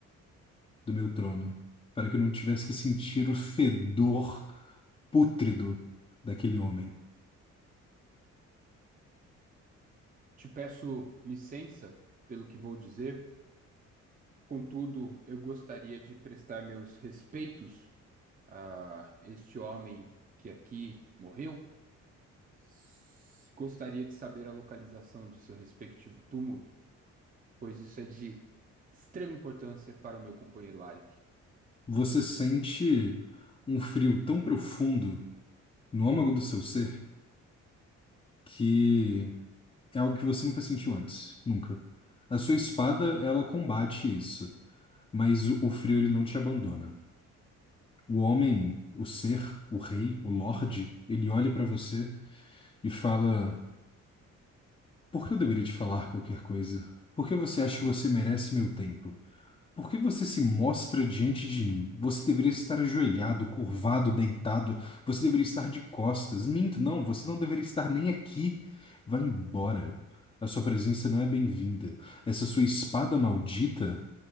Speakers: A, on the left (about 20°); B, on the right (about 30°).
A: do meu trono, para que eu não tivesse que sentir o fedor pútrido daquele homem.
B: Te peço licença pelo que vou dizer, contudo, eu gostaria de prestar meus respeitos a este homem que aqui morreu. S- Gostaria de saber a localização de seu respectivo túmulo, pois isso é de extrema importância para o meu companheiro Arik.
A: Você sente um frio tão profundo no âmago do seu ser que é algo que você nunca sentiu antes, nunca. A sua espada, ela combate isso, mas o, o frio ele não te abandona. O homem, o ser, o rei, o lorde, ele olha pra você e fala: "Por que eu deveria te falar qualquer coisa? Por que você acha que você merece meu tempo?" Por que você se mostra diante de mim? Você deveria estar ajoelhado, curvado, deitado. Você deveria estar de costas. Minto, não, você não deveria estar nem aqui. Vá embora. A sua presença não é bem-vinda. Essa sua espada maldita.